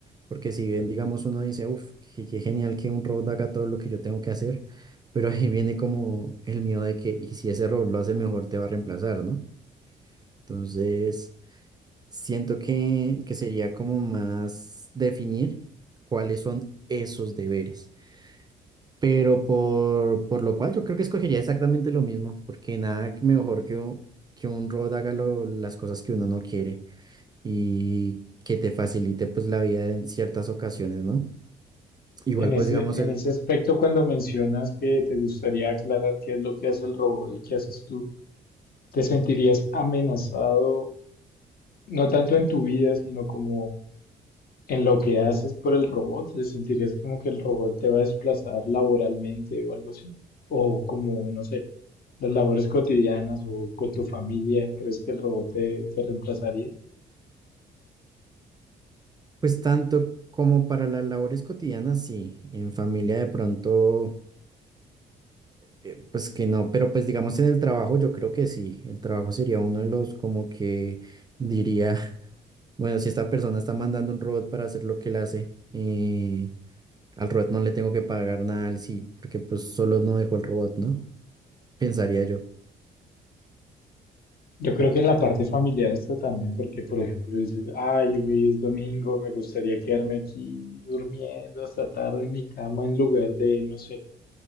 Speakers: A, on the right; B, on the left.
A: Porque si bien, digamos, uno dice, uff, qué, qué genial que un robot haga todo lo que yo tengo que hacer, pero ahí viene como el miedo de que, y si ese robot lo hace mejor, te va a reemplazar, ¿no? Entonces, siento que, que sería como más definir cuáles son esos deberes. Pero por, por lo cual yo creo que escogería exactamente lo mismo, porque nada mejor que, un- que un robot haga lo- las cosas que uno no quiere y que te facilite pues la vida en ciertas ocasiones, ¿no? Igual
B: En
A: pues
B: ese,
A: digamos
B: en
A: el,
B: ese aspecto, cuando mencionas que te gustaría aclarar qué es lo que hace el robot y qué haces tú, ¿te sentirías amenazado, no tanto en tu vida, sino como en lo que haces por el robot? ¿Te ¿Sentirías como que el robot te va a desplazar laboralmente o algo así? O como, no sé, las labores cotidianas o con tu familia, ¿crees que el robot te, te reemplazaría?
A: pues tanto como para las labores cotidianas, sí, en familia de pronto, eh, pues que no, pero pues digamos en el trabajo yo creo que sí, el trabajo sería uno de los como que diría, <laughs> bueno, si esta persona está mandando un robot para hacer lo que él hace, eh, al robot no le tengo que pagar nada al sí, porque pues solo no dejó el robot, ¿no? Pensaría yo.
B: Yo creo que en la parte familiar hasta también, porque por ejemplo dices, ay, hoy es domingo, me gustaría quedarme aquí durmiendo hasta tarde en mi cama en lugar de, no sé,